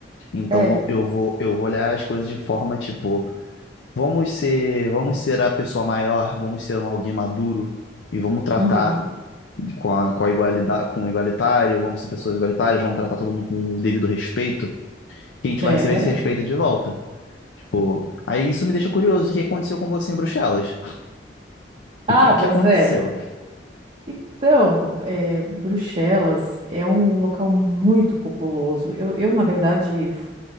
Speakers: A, on the left; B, on the right.
A: Então
B: É.
A: eu vou, eu vou olhar as coisas de forma tipo, vamos ser, vamos ser a pessoa maior, vamos ser um alguém maduro e vamos tratar
B: Uhum.
A: com a, com a igualdade, com o igualitário, vamos ser pessoas igualitárias, vamos tratar todo mundo com o devido respeito, que a gente
B: É.
A: vai receber esse respeito de volta. Tipo, aí isso me deixa curioso, o que aconteceu com você em Bruxelas?
B: Ah,
A: E o que que
B: pois
A: aconteceu?
B: é. Então, é, Bruxelas é um local muito populoso. Eu, eu, na verdade, f-